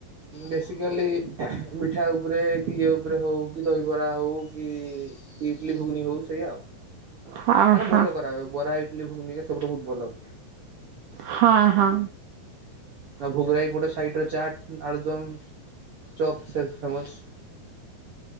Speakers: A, on the right (about 50°); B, on the right (about 75°).
A: ବେସିକାଲି ମିଠା ଉପରେ କି ଇଏ ଉପରେ ହଉ କି ଦହିବରା ହଉ କି ଇଟଲି ଘୁଗନି ହଉ ସେଇୟା ଆଉ। ମାନେ
B: ହଁ ହଁ
A: ଭଲ କରାଏ ବରା ଇଟିଲି ଘୁଗୁନି ସେପଟେ ବହୁତ ଭଲ।
B: ହଁ ହଁ।
A: ଭୋଗରାଇ ପଟ ସାଇଟରେ ଚାଟ୍ ଆଦ ଚପ ଫେମସ